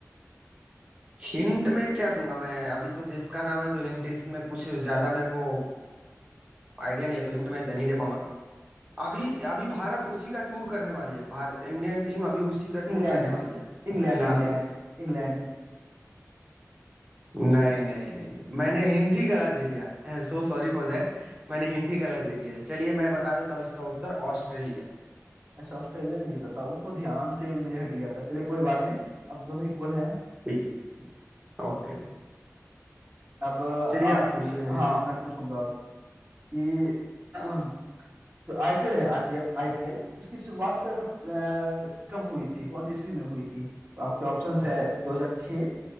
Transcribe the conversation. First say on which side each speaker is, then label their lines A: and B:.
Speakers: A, on the right; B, on the right.
A: हिंट में क्या दूंगा मैं अभी तो देश का नाम है तो हिंट इसमें कुछ ज्यादा मेरे को आइडिया नहीं है तो हिंट मैं दे नहीं दे पाऊंगा अभी अभी भारत उसी का टूर करने वाली है भारत इंडियन टीम अभी उसी का
B: England
A: टूर करने वाली है
B: England
A: फिलहाल
B: England
A: में।
B: England
A: नहीं नहीं नहीं मैंने हिंट ही गलत दे दिया <laughs> है सो सॉरी फॉर दैट मैंने हिंट ही गलत दे दिया है चलिए मैं बता देता हूँ इसका उत्तर ऑस्ट्रेलिया
B: अच्छा ऑस्ट्रेलिया ने जीता था वो तो ध्यान से मेरे हट गया था चलिए कोई बात नहीं अब दोनों इक्वल हैं
A: ठीक ओके
B: अब अ,
A: चलिए
B: आप
A: आप पूछिए मेरे
B: हाँ
A: से
B: मैं पूछूंगा अब कि <clears throat> जो आईपीएल है आईपीएल आईपीएल उसकी शुरुआत सब अ, कब हुई थी कौन सी ईस्वी में हुई थी तो आपके ऑप्शंस है 2006